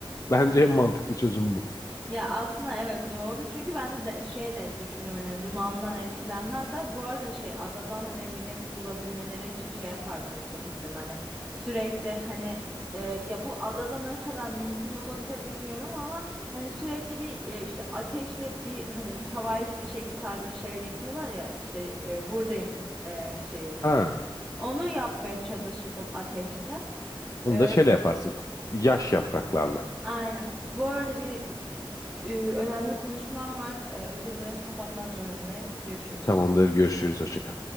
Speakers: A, on the left; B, in the centre.
A: Bence en mantıklı çözüm bu.
B: Ya aslında evet doğru çünkü ben de, de şey de düşündüm hani dumandan etkilenmezler. Bu arada şey adadan hani beni bulabilmeleri için şey yapardım yüksek ihtimalle. Sürekli hani e, ya bu adada ne kadar mümkün olabilir bilmiyorum ama hani sürekli bir e, işte ateşte bir hani havai fişek tarzı bir şey yapıyorlar ya işte e, buradayım e, şeyi.
A: Ha,
B: Onu yapmaya çalışırdım ateşte.
A: onu
B: Ee,
A: da şeyle yaparsın. Yaş yapraklarla.
B: aynen. Bu arada bir e, önemli konuşmam var. Ee, özür dilerim kapatmak zorundayım. Görüşürüz.
A: Tamamdır, görüşürüz. Hoşça kal.